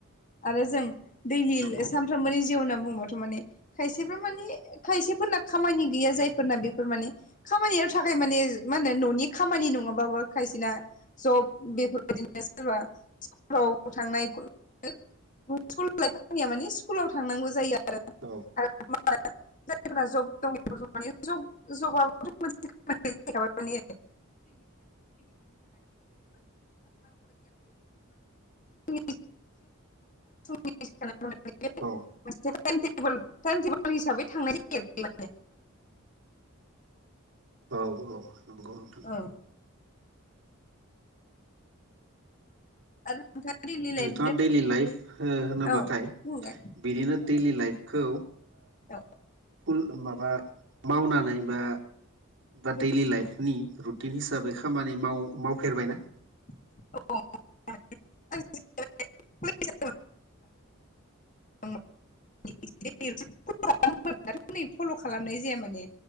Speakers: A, on the left; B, on the right.
A: आरो जों दैलि
B: नंगौ
A: सानफ्रोमबोनि जिउ होनना बुंबाथ' माने खायसेफ्रा माने खायसेफोरना खामानि गैया जायफोरना बेफोर माने खामानियाव थाखाय माने मा होनो न'नि खामानि नङाबाबो खायसेना जब बेफोरबायदिनो सोरबा स्कुलफ्राव थांनाय <unintelligible> मानि स्कुलाव थांनांगौ जायो आरो
B: औ
A: <unintelligible> जायफोरा जब दङ माने ज जबथ' मोनसे खामानिना <unintelligible> <unintelligible> <unintelligible> हिसाबै
B: औ
A: थांनाय जायो माने
B: औ औ नंगौ नोंथां
A: औ आरो नोंथाङा दैलि लाइफ
B: नोंथाङा दैयलि लाइफ हो-होनोब्लाथाय
A: औ बुंलाय
B: बिदिनो दैलि लाइफखौ
A: औ
B: फुल माबा मावनानै बा बा दैयलि लाइफनि रुटिन हिसाबै खामानि माव- मावफेरबायना
A: <unintelligible> औ <unintelligible> फल' खालामनाय जाया माने